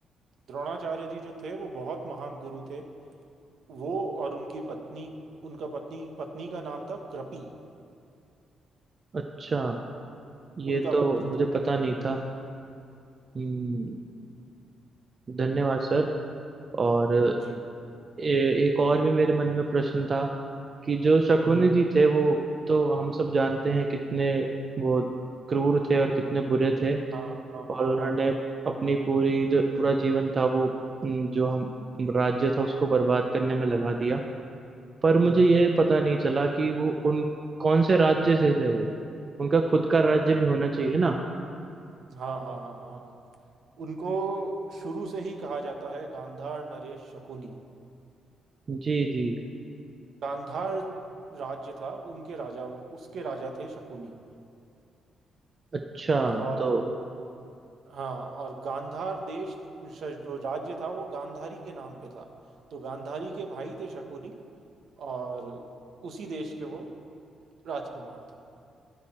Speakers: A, on the right (about 55°); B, on the right (about 30°).
A: द्रोणाचार्य जी जो थे वो बहुत महान गुरु थे वो और उनकी पत्नी उनका पत्नी पत्नी का नाम था कृपि
B: अच्छा ये
A: उनका
B: तो
A: पुत्र
B: मुझे
A: था
B: पता नहीं था हम्म, धन्यवाद सर और
A: जी
B: ए, एक और भी मेरे मन में प्रश्न था कि जो शकुनी
A: हम्म हम्म
B: जी थे वो तो हम सब जानते हैं कितने वो क्रूर थे और कितने बुरे थे
A: हाँ हाँ
B: और
A: हाँ
B: उन्होंने
A: हाँ हाँ
B: अपनी पूरी जो पूरा जीवन था वो हम्म, जो हम राज्य था उसको बर्बाद करने में लगा दिया पर
A: हम्म
B: मुझे
A: हम्म
B: ये
A: हम्म।
B: पता नहीं चला कि वो उन कौन से राज्य से थे वो उनका खुद का राज्य भी होना चाहिए ना
A: हाँ हाँ हाँ हाँ हाँ उनको शुरू से ही कहा जाता है गांधार नरेश शकुनी
B: जी जी
A: गांधार राज्य था उनके राजा उसके राजा थे शकुनी
B: अच्छा
A: और
B: तो
A: हाँ और गांधार देश श- जो राज्य था वो गांधारी के नाम पे था तो गांधारी के भाई थे शकुनी और उसी देश के वो राजकुमार थे